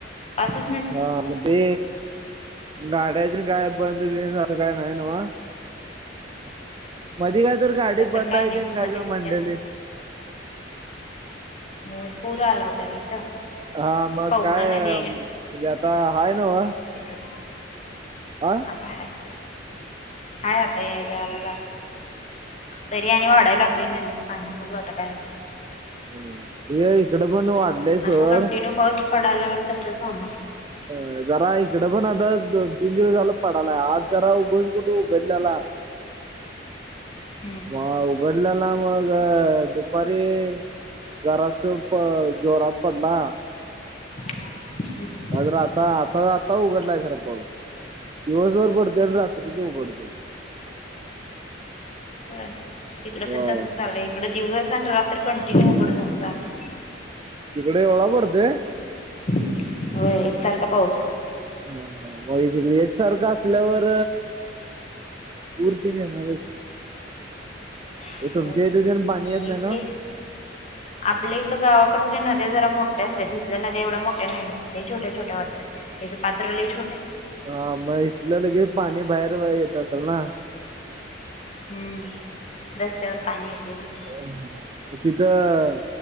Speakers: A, on the left (about 35°); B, on the right (about 25°).
A: असं
B: हा मग ते गाड्याची काय बंद-बिंद असं काय नाही ना. मधी काय तर गाडी
A: आता तर
B: बंद आहेे
A: नाही
B: तेन काय
A: मध्ये
B: तर
A: होत्या.
B: म्हंडेलीस.
A: होय पूर आला होता रे इथं.
B: हा मग
A: पवना
B: काय
A: नदी
B: म्हणजे आता हाय नव?
A: एकच.
B: आ?
A: हाय, <inaudible> हाय आता याय-जायला जास्त. तरी आणि वाढाय लागले नदीचं पाणी बघू आता काय होत.
B: हा, वय इकडं पण वाढलंय सोड.
A: असं कंटिन्यू पाऊस पडाल्यावर तसच होणार
B: अ जरा इकडं पण आता दोन-तीन दिवस झाला पडाला आज जरा उघून कुठे उघडलेला.
A: हम्म
B: म उघडलेला मग दुपारी जरास प जोरात पडला.
A: <inaudible> हम्.
B: आज जरा आता आता आता उघडलाय खरा पाऊस दिवसभर पडते आणि रात्रीच उघडते.
A: वय, इकडं
B: ब
A: पण तसच चाललंय इकड दिवस आणि रात्र कंटिन्यू उघड-झाक चाललं.
B: तीकड एवढा पडतोय?
A: होय एक सारख पाऊस हाय.
B: हा ह म ईकडे एकसारखं असल्यावर पुर तेन येणारच.
A: आहे
B: म तुमच्या
A: होय
B: इथं तेन पाणी येत नाही
A: इथली
B: ना?
A: आपल्या इकड गावाकडच्या नद्या जरा मोठ्या असत्यात इथल्या नद्या एवढ्या मोठ्या नाही. लई छोट्या-छोट्या वाटतात त्याच पात्र लई छोट हाय.
B: हा मग इथलं लगेच पाणी बाहेर येत असल ना.
A: हम्म रस्त्यावर पाणी येतयचं.
B: अ हा. म‌ तिथं